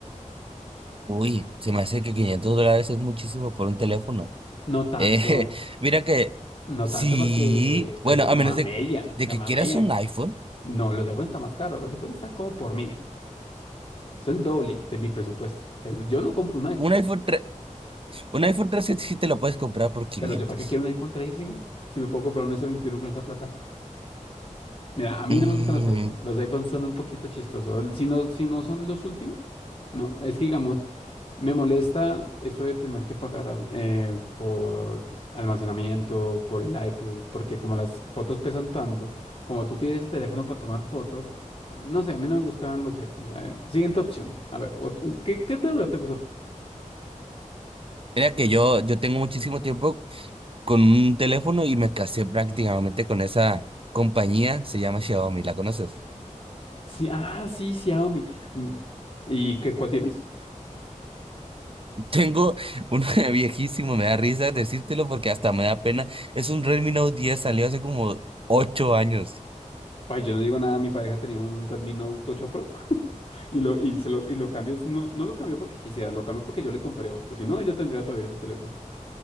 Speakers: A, on the right (about 45°); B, on the left (about 40°).
A: Uy, se me hace que 500 dólares es muchísimo por un teléfono.
B: No tanto.
A: Eh, <laughs> mira que
B: No
A: sí,
B: tanto porque,
A: bueno,
B: pues,
A: a
B: Gamamella,
A: menos de, de
B: Gamamella.
A: que quieras un iPhone,
B: No, los iPhones están más caros, los iPhones están como por mil. Son el doble de mi presupuesto. Es- yo no compro un iPhone,
A: un iPhone tres, un iPhone 3 sí sí te lo puedes comprar por quinientos.
B: pero yo para qué quiero un iPhone trece si me puedo comprar un s veintiuno con esa plata. Mira, a mí
A: Mm,
B: no me gustan los iPhones. Los iPhones son un poquito chistosos. Si no, si no son los últimos, no. Es que digamos, Me molesta eso de tener que pagar a- eh, por almacenamiento, por el iCloud, porque como las fotos pesan tanto, como tú tienes el teléfono para tomar fotos, no sé, a mí no me gustan no sé. o sea, eh, siguiente opción. A ver, ot- ¿qué, qué celular te gusta? a ti?
A: mira que yo, yo tengo muchísimo tiempo con un teléfono y me casé prácticamente con esa compañía, se llama Xiaomi, ¿la conoces?
B: Sí, ah, sí, Xiaomi. Mm, ¿Y qué, cuál tienes?
A: Tengo uno <laughs> viejísimo, me da risa decírtelo porque hasta me da pena. Es un Redmi Note 10, salió hace como ocho años.
B: Ay, yo no digo nada, mi pareja tenía un Redmi Note 8 Pro <laughs> y lo, y se lo, y lo cambió. No, no lo cambió porque quisiera, lo cambió porque yo le compré otro. Si no, ella tendría todavía ese teléfono.